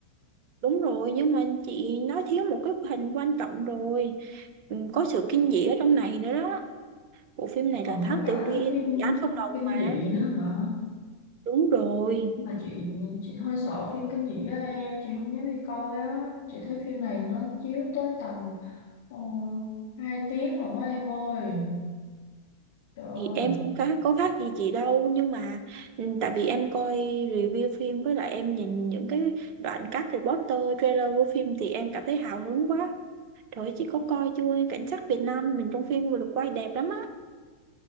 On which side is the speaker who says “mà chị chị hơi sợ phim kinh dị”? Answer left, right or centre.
Left